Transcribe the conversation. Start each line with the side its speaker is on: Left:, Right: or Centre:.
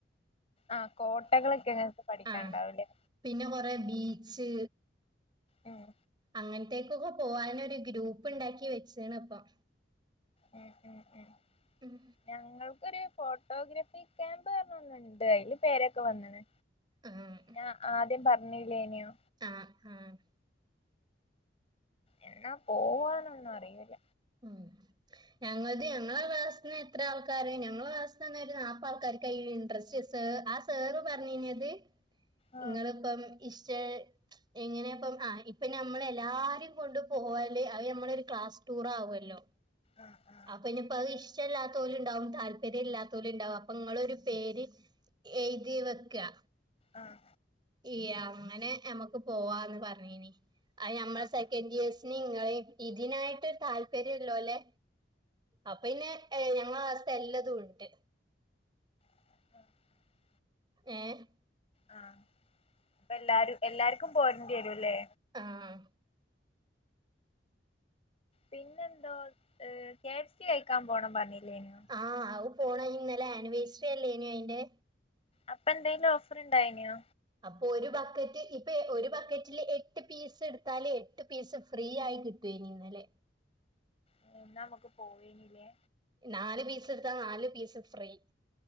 Left: ആഹ് കോട്ടകളൊക്കെ ഞങ്ങക്ക് പഠിക്കാൻണ്ടാവൂലേ.
Right: ആഹ് പിന്നെ കൊറേ ബീച്ച്
Left: ഉം
Right: അങ്ങൻത്തെ പൊക്കൊ പോവാനൊരു ഗ്രൂപ്പ് ണ്ടാക്കി വെച്ചേണ് ഇപ്പം.
Left: ഉം ഉം ഉം
Right: ഉം
Left: ഞങ്ങൾക്കൊര് ഫോട്ടോഗ്രാഫി ക്യാമ്പ് പർഞ്ഞൊന്ന്ണ്ട് അയില് പേരെക്കെ വന്ന്ണ്
Right: ആഹ്
Left: ഞാൻ ആദ്യം പറ്ഞ്ഞില്ലേനിയോ
Right: ആഹ് ആഹ്
Left: എന്നാ പോവാന്നൊന്നും അറിയേല്ല
Right: ഉം ഞങ്ങള്ത് ഞങ്ങള്ടെ ക്ലാസ്സ്ന്ന് എത്ര ആൾക്കാര് ഞങ്ങള്ടെ ക്ലാസ്സ്ന്നന്നെ ഒരു നാപ്പത് ആൾക്കാര്ക്കാ ഈ ഇൻട്രസ്റ്റ്സ് സാറ് ആഹ് സാർ പറഞ്ഞീനത്
Left: ആഹ്
Right: ഇങ്ങള്പ്പം ഇഷ്ട് എങ്ങനേപ്പം ആഹ് ഇപ്പൊ ഞമ്മള് എല്ലാരിം കൊണ്ട് പോവല് അത് ഞമ്മളെ ഒരു ക്ലാസ് ടൂർ ആവോല്ലോ
Left: ആഹ് ആഹ്
Right: <unintelligible> ഇഞ്ഞ്പ്പം അഹ് ഇഷ്ടല്ലാത്തോല് ഇണ്ടാവും താല്പര്യം ഇല്ലാത്തോല് ഇണ്ടാവും അപ്പൊ ഇങ്ങളൊര് പേര് എഴ്തി വെക്കാ
Left: ആഹ്
Right: ഈയങ്ങനെ ഞമ്മക്ക് പോവാന്ന് പറ്ഞ്ഞീനി അഹ് ഞമ്മളെ
Left: ആഹ്
Right: സെക്കൻ്റ് ഇയേഴ്സ് നിങ്ങളിം ഇതിനായിട്ട് താല്പര്യം ഇള്ളോലെ അപ്പൊ പിന്നെ ഏഹ് ഞങ്ങളെ ക്ലാസ്ത്തെ എല്ലതും ഉണ്ട്
Left: <unintelligible>
Right: ഏഹ്
Left: ആഹ് ഇപ്പ എല്ലാരും എല്ലാര്ക്കും പോരേണ്ടി വരൂല്ലേ
Right: ആഹ്
Left: പിന്നെന്തോ ഏഹ് കെഫ് സി കഴിക്കാൻ പോണം പറഞ്ഞില്ലേന്യോ
Right: ആഹ് അവുപ്പോണം ഇന്നലെ ആനിവേഴ്സറി അല്ലേന്യോ അയിന്റെ
Left: അപ്പ എന്തേലും ഓഫർ ഇണ്ടായിനോ?
Right: അപ്പൊ ഒരു ബക്കറ്റ് ഇപ്പേ ഒരു ബക്കറ്റില് എട്ട് പീസ് എട്ത്താല് എ ട്ട് പീസ് ഫ്രീയായി കിട്ടുവേനി ഇന്നലെ
Left: ഏഹ് ഇന്നാ അമ്മക്ക് പോവേനില്ലേ
Right: നാല് പീസ് ഇട്ത്താ നാല് പീസ് ഫ്രീ